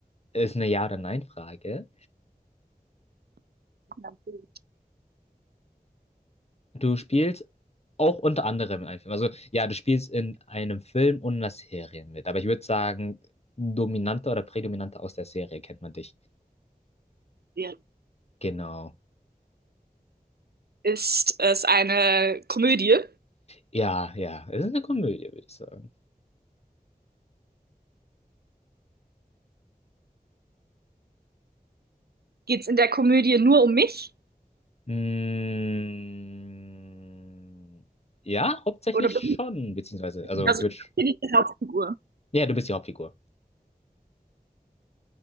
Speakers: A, on the left (about 40°); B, on the right (about 85°).
A: Ist eine Ja- oder Nein-Frage.
B: In einem Film.
A: Du spielst auch unter anderem in einem Film. Also ja, du spielst in einem Film und einer Serie mit. Aber ich würde sagen, dominanter oder prädominanter aus der Serie kennt man dich.
B: Serie.
A: Genau.
B: Ist es eine Komödie?
A: Ja, ja. Es ist eine Komödie, würde ich sagen.
B: Geht es in der Komödie nur um mich?
A: Mm, ja, hauptsächlich
B: Oder
A: schon, beziehungsweise, also,
B: Also
A: ich würd, sch-
B: die Hauptfigur.
A: ja, du bist die Hauptfigur.